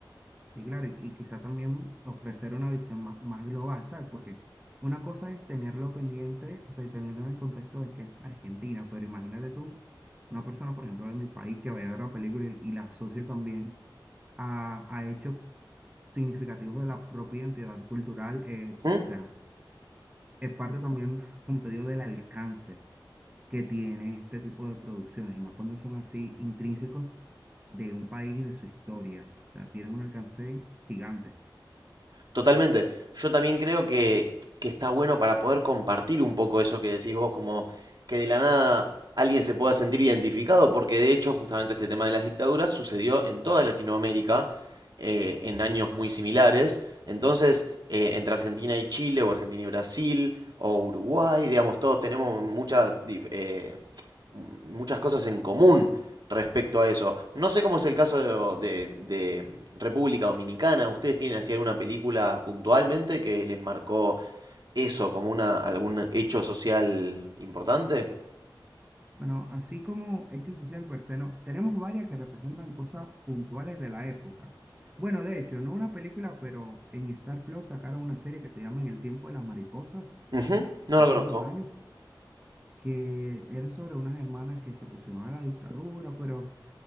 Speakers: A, on the right; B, on the right.
A: Y claro, y, y quizá también ofrecer una visión más, más global, ¿sabes? Porque una cosa es tenerlo pendiente, o sea, y tenerlo en el contexto de que es Argentina, pero imagínate tú, una persona, por ejemplo, de mi país que vaya a ver la película y, y la asocie también a, a hechos significativos de la propia identidad cultural, eh,
B: ¿Mm?
A: o sea, es parte también, como te digo, del alcance. que tiene este tipo de producciones, y más cuando son así intrínsecos de un país y de su historia. O sea, tienen un alcance gigante.
B: Totalmente. Yo también creo que, que está bueno para poder compartir un poco eso que decís vos, como que de la nada alguien se pueda sentir identificado, porque de hecho justamente este tema de las dictaduras sucedió en toda Latinoamérica eh, en años muy similares. Entonces, eh, entre Argentina y Chile, o Argentina y Brasil, o Uruguay, digamos, todos tenemos muchas, dif- eh, muchas cosas en común respecto a eso. No sé cómo es el caso de, de- de República Dominicana. ¿Ustedes tienen así alguna película puntualmente que les marcó eso como una, algún hecho social importante?
A: Bueno, así como Hecho Social per se, no, tenemos varias que representan cosas puntuales de la época. Bueno, de hecho, no una película, pero en Star Plus sacaron una serie que se llama En el tiempo de las mariposas,
B: Ujú, no
A: hace
B: lo conozco.
A: unos años, que era sobre unas hermanas que se opusieron a la dictadura, pero